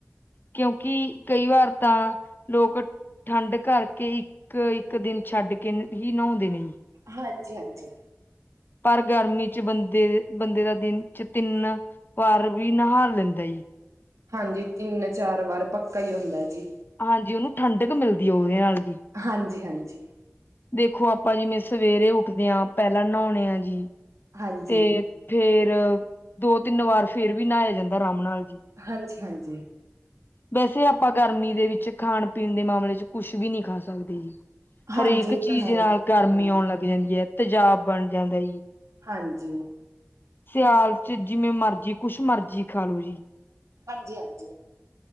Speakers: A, on the left; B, on the right.
A: ਕਿਉਂਕਿ ਕਈ ਵਾਰ ਤਾਂ ਲੋਕ ਠੰਡ ਕਰਕੇ ਇੱਕ ਇੱਕ ਦਿਨ ਛੱਡ ਕੇ ਹੀ ਨਹਾਉਂਦੇ ਨੇ ਜੀ।
B: ਹਾਂਜੀ, ਹਾਂਜੀ।
A: ਪਰ ਗਰਮੀ ਚ ਬੰਦੇ ਬੰਦੇ ਦਾ ਦਿਨ ਚ ਤਿੰਨ ਘ ਵੀ ਨਹਾ ਲੈਂਦਾ।
B: ਹਾਂਜੀ ਤਿੰਨ ਚਾਰ ਵਾਰ ਪੱਕਾ ਹੀ ਹੁੰਦਾ ਜੀ।
A: ਹਾਂਜੀ ਉਹਨੂੰ ਠੰਡਕ ਮਿਲਦੀ ਹੈ ਉਹਦੇ ਨਾਲ ਜੀ।
B: ਹਾਂਜੀ ਹਾਂਜੀ।
A: ਦੇਖੋ ਆਪਾਂ ਜਿਵੇਂ ਸਵੇਰੇ ਉੱਠਦੇ ਹਾਂ ਪਹਿਲਾਂ ਨਹਾਉਣੇ ਆ ਜੀ।
B: ਹਾਂਜੀ,
A: ਤੇ ਫੇਰ ਦੋ ਤਿੰਨ ਵਾਰ ਫੇਰ ਵੀ ਨਹਾਇਆ ਜਾਂਦਾ ਰਾਮ ਨਾਲ ਜੀ।
B: ਹਾਂਜੀ ਹਾਂਜੀ।
A: ਵੈਸੇ ਆਪਾਂ ਗਰਮੀ ਦੇ ਵਿੱਚ ਖਾਣ ਪੀਣ ਦੇ ਮਾਮਲੇ ਚ ਕੁਛ ਵੀ ਨਹੀਂੀ ਖਾ ਸਕਦੇ ਜੀ।
B: ਹਾਂਜੀ
A: ਹਰੇਕ
B: ਇਹ
A: ਚੀਜ਼
B: ਤਾਂ ਹੈ
A: ਨਾਲ ਗਰਮੀ
B: ਹਾਂਜੀ,
A: ਆਉਣ ਲੱਗ ਜਾਂਦੀ ਹੈ ਤੇਜ਼ਾਬ ਬਣ ਜਾਂਦਾ।
B: ਹਾਂਜੀ।
A: ਸਿਆਲ ਚ ਜਿਵੇਂ ਮਰਜੀ ਕੁੱਛ ਮਰਜੀ ਖਾ ਲੋੋ ਜੀ।
B: ਹਾਂਜੀ ਹਾਂਜੀ।